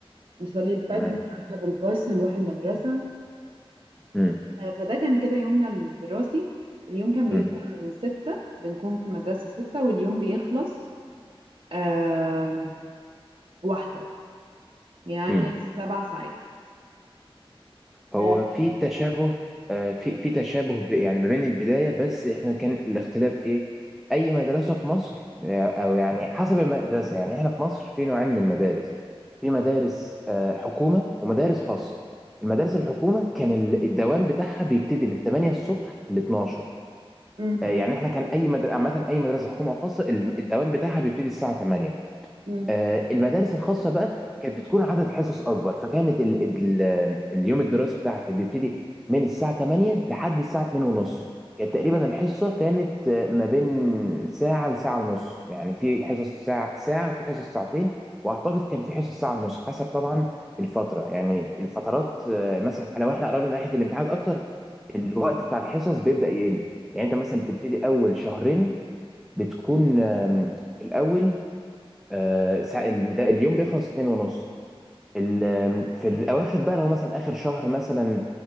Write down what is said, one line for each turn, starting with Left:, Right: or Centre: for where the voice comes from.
Right: نصلي الفجر
Centre: تمام
Right: نركب الباص نروح المدرسه
Centre: امم
Right: آه، فده كان كده يومنا الدراسي اليوم كان بيبدأ
Centre: امم
Right: من ستة بنكون في المدرسة ستة واليوم بيخلص آم، واحدة يعني
Centre: امم
Right: سبع ساعات
Centre: هو
Right: آه،
Centre: في تشابه آه، في في تشابه ب- يعني ما بين البداية بس احنا كان الاختلاف ايه اي مدرسة في مصر آه، او يعني حسب المدرسة يعني احنا في مصر في نوعين من المدارس في مدارس آه، حكومة ومدارس خاصة المدارس الحكومة كان ال- الدوام بتاعها بيبتدي من 8 الصبح ل 12
Right: مم،
Centre: آه، يعني احنا كان اي مدرسة عامة اي مدرسة حكومة او خاصة ال- الدوام بتاعها بيبتدي الساعة 8
Right: مم،
Centre: آه، المدارس الخاصة بقى كانت بتكون عدد حصص أكبر فكانت ال ال اليوم الدراسي بتاعها كان بيبتدي من الساعة 8 لحد الساعة 2 ونص كانت تقريبا
Right: مم.
Centre: الحصة كانت آه، ما بين ساعة لساعة ونص يعني في حصص ساعة ساعة وفي حصص ساعتين وأعتقد كان في حصص ساعة ونص حسب طبعا الفترة يعني الفترات آه، مثلا لو احنا قربنا ناحية الامتحانات أكتر الوقت بتاع الحصص بيبدأ يقل يعني أنت مثلا بتبتدي أول شهرين بتكون آم، في الأول آه، ساعة- البدا- اليوم بيخلص اتنين ونص ال- آم، في الاواخر بقى لو مثلا اخر شهر مثلا